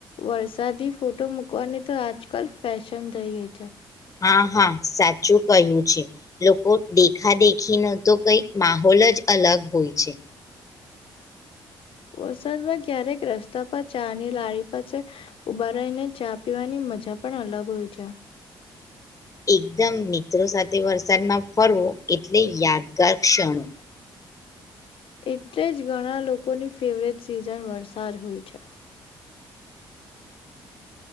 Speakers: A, on the left; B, on the left.
A: વરસાદી ફોટો મુૂકવાની તો આજકાલ ફેશન થઈ ગઈ છે.
B: હા હા સાચું કહ્યું છે લોકો દેખા દેખી ન તો કઈ માહોલ જ અલગ હોય છે.
A: વરસાદમાં ક્યારેક રસ્તા પર ચાની લાળ પાસે ઉભા રહીને ચા પીવાની મજા પણ અલગ હોય છે.
B: એકદમ મિત્રો સાથે વરસાદમાં ફરવો એટલે યાદગાર ક્ષણો.
A: એટલે જ ઘણા લોકોની ફેવરેટ સિઝન વરસાદ હોય છે.